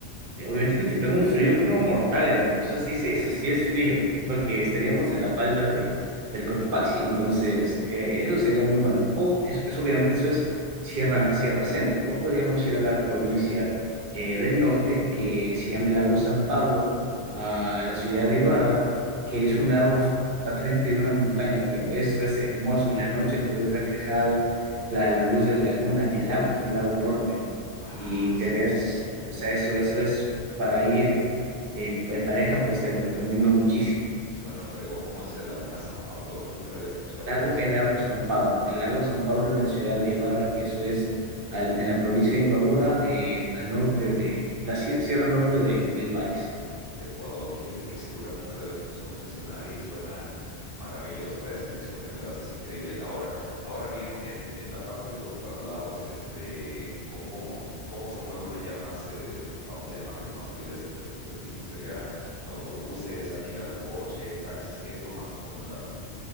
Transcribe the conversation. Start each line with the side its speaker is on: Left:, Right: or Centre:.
Right: Eh, Obviamente que te pega un frío, pero mortal, hermano. Eso sí, sí- eso sí es frío, porque estaríamos en la falda de, del Cotopaxi. Entonces, eh, eso sería muy bueno. O, es, es- obviamente, eso es Sierra, Sierra Centro. O podríamos ir a la
Centre: ok,
Right: provincia eh, del norte, que se llama el lago San Pablo, a la ciudad de Ibarra, que
Centre: ok.
Right: es un lago f- al frente de una montaña, pero eso es hermoso. En la noche tú ves reflejado la luz de la luna en el lago, que es un lago enorme, ¿no?
Centre: Ah,
Right: y
Centre: su-
Right: te ves, o sea, eso, eso es para ir en, en pareja, pues te lo recomiendo muchísimo.
Centre: Suena fregón, ¿cómo es Laguna San Pablo? Yo nunca la había escuchado
Right: Lago-
Centre: mencionar
Right: el lago San Pablo, el lago San Pablo en la ciudad de Ibarra, que eso es al- en la provincia de Imbabura, eh, al norte de la sie- sierra norte de- del país.
Centre: de Ecuador. Fíjate que ese lugar nunca la había escuchado mencionar y suena maravilloso la descripción que me das, es increíble. Ahora, ahora bien, en, en la parte de los traslados, este, co- ¿cómo, cómo se mueve una ya más, eh, vamos a llamarle con más fluidez entre estos destinos? ¿Sería autobuses, alquilar un coche, taxis? ¿Qué es lo más recomendable?